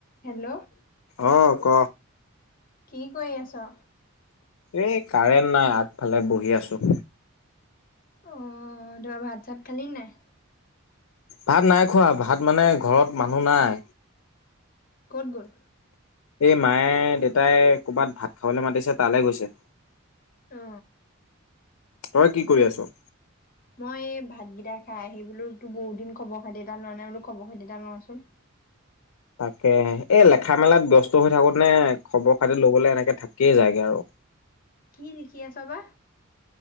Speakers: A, on the left (about 45°); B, on the left (about 85°).
A: Hello
B: অ ক
A: কি কৰি আছ
B: এ কাৰেণ্ট নাই আগফালে বহি আছো
A: অ ধৰা ভাত চাত খালি নাই
B: ভাত নাই খোৱা ভাত মানে ঘৰত মানুহ নাই
A: ক'ত গল
B: এই মায়ে দেতাই কৰ'ৰবাত ভাত খাবলৈ মাতিছে তালৈ গৈছে
A: অ'।
B: তই কি কৰি আছ
A: মই এই ভাতকেইটা খাই আহি বোলো তোৰ বহুত দিন খবৰ খাতি এটা লোৱা নাই বোলো খবৰ খাতি এটা লওঁচোন
B: তাকেে এই লেখা মেলাত ব্যস্ত হৈ থাকোঁতে খবৰ খাতি লবলে এনেকে থাকিয়েই যায়গে আৰু
A: কি লিখি আছ বা